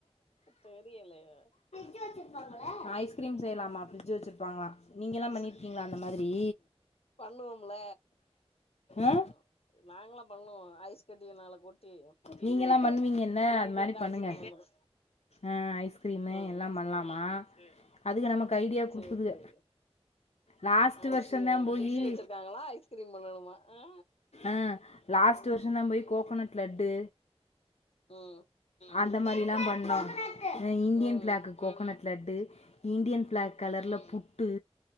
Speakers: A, on the left; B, on the left.
A: தெரியலையா
B: பிரிட்ஜ் வச்சிருப்பாங்களா ஐஸ்கிரீம் செய்யலாமா பிரிட்ஜ் வெச்சிருப்பாங்ளா நீங்க எல்லா பண்ணி ருக்கீங்ளா அந்த மாரி
A: பண்ணுவோம்ல ம்
B: ஆ
A: ம் நாங்களாம் பண்ணுவோ ஐஸ் கட்டிய மேல கொட்டி
B: நீங்கல்லா பண்ணுவீங்க என்ன
A: கிண்டிட்டே
B: அது மாரி
A: இருந்தா
B: பண்ணுங்க
A: ஐஸ்கிரீம் வந்துரு
B: அ ஐஸ்கிரீம்
A: ம்
B: எல்லாம் பண்ணலாம்
A: சேரி
B: ஆ அதுக நமக்கு ஐடியா குடுக்குதுக
A: சேரி சேரி
B: லாஸ்ட்டு
A: ஐஸ்கிரீம்
B: வருஷதா போய்யி
A: ஃப்ரிட்ஜ் வச்சிருக்காங்களா ஐஸ்கிரீம் பண்ணணுமா ஆ
B: ஆ லாஸ்ட்
A: ம்
B: வருஷ தா போய் கோகனட் லட்டு
A: ம்
B: அந்த மாரி எல்லா பண்ணோ அ இந்தியன்
A: ம்
B: flag coconut laddu Indian flag கலர்ல புட்டு